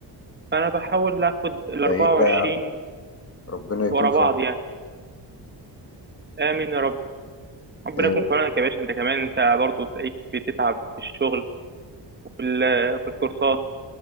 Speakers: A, on the right; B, on the left.
A: فانا بحاول اخد ال 24
B: ده ايه ده يا عم؟ ربنا يكون
A: ورا
B: في
A: بعض
B: عونك
A: يعني امين يا رب ربنا
B: إيه
A: يكون في عونك يا باشا انت كمان انت برضه تلاقيك بتتعب في الشغل وفي ال- في الكورسات